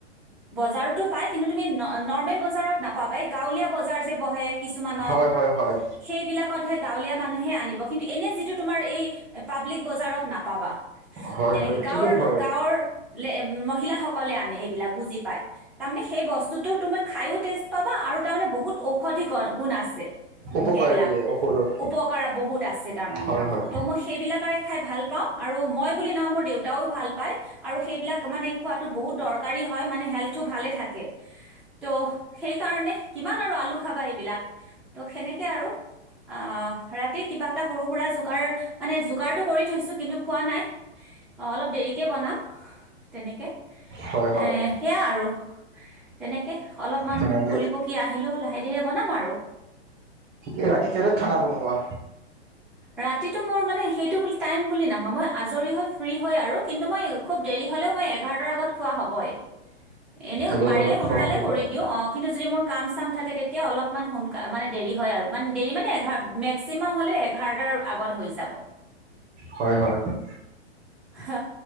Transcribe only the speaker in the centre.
বজাৰতো পাই কিন্তু তুমি নৰ্মেল বজাৰত নাপাবা। এই গাঁৱলীয়া বজাৰ যে বহে কিছুমানত-
সেইবিলাকতহে গাঁৱলীয়া মানুহে আনিব, কিন্তু এনে যিটো তোমাৰ এই- পাব্লিক বজাৰত নাপাবা।
তেনেকে।
গাঁৱৰ-
গাঁৱৰ উম্‌- মহিলাসকলে আনে, এইবিলাক বুজি পায়। তাৰমানে সেই বস্তুটো তোমাক খায়ো টেষ্ট পাবা আৰু তাৰ মানে বহুত ঔষধি গুণ আছে। উম্‌
এইবিলাক।
উপকাৰ বহুত আছে তাৰমানে।
তো মই সেইবিলাকেৰে খাই ভাল পাওঁ। আৰু -মই বুলি নহয়, মোৰ দেউতাও ভাল পায়। আৰু সেইবিলাক মানে খোৱাটো বহুত দৰকাৰী হয়। মানে হেল্থ টো ভালে থাকে। ত' সেইকাৰণে কিমান আৰু আলু খাবা এইবিলাক। ত' সেনেকে আৰু। আহ্‌- ৰাতি কিবা এটা সৰু সুৰা যোগাৰ- মানে যোগাৰটো কৰি থৈছোঁ, কিন্তু খোৱা নাই। অলপ দেৰিকে বনাম, তেনেকে এ'
সেয়া আৰু। তেনেকে অলপমান
ঘুৰি-পকি আহ আহিলো।, লাহে ধীৰে বনাম আৰু।
ৰাতিটো মোৰ মানে সেইটো বুলি- টাইম বুলি নহয়, মই আজৰি হৈ ফ্ৰী হৈ আৰু! কিন্তু মই খুব দেৰি হলেও মই এঘাৰটাৰ আগত খোৱা হ'বই। এনেও
পাৰিলে
সোনকালে
কৰি
দিওঁ। অ' কিন্তু যদি মোৰ কাম চাম থাকে তেতিয়া অলপমান সোনকা- মানে দেৰি হয় আৰু- মানে দেৰি মানে এঘাৰ-মেস্কিমা মাম্‌ হ'লে এঘাৰটাৰ আগত হৈ যাব।
হ